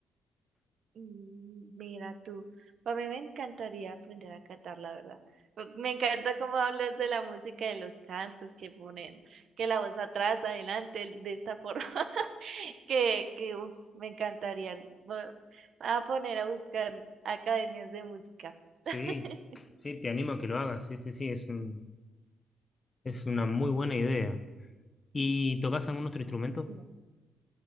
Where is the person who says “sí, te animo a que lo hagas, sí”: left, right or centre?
Left